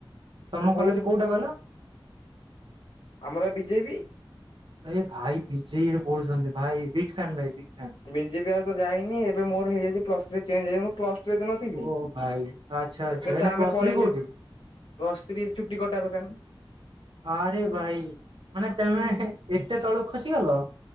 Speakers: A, on the right; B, on the left.
A: ତମ
B: ସେ ବହୁତ
A: କଲେଜ କୋଉଟା କହିଲ?
B: ଆମର ବିଜେପି।
A: ଏ ଭାଇ ବିଜେପି ରେ ପଢୁଛନ୍ତି ଭାଇ ବିଗ୍ ଫ୍ୟାନ୍ ଭାଇ ବିଗ୍ ଫ୍ୟାନ୍।
B: ବିଜେପି ଆ ତ ଯାଇନି ଏବେ ମୋର ହେଇଯାଇଛି ପ୍ଲସ୍ ଥ୍ରୀ ଚେଞ୍ଜ ହେଇ ପ୍ଲସ ଟୁ ନଥିଲି
A: ଓ ଭାଇ। ଆଚ୍ଛା ଆଚ୍ଛା
B: ଏବେ
A: ଏଇନା
B: ତ ଆମେ
A: ପ୍ଲସ୍
B: ପଳେଇଚୁ।
A: ଥ୍ରୀ କୋଉଠି
B: ପ୍ଲସ ଥ୍ରୀ ଚୁଟି କଟା ଦୋକାନ।
A: ଆରେ ଭାଇ ମାନେ ତମେ ଏତେ ତଳୁକୁ ଖସିଗଲ।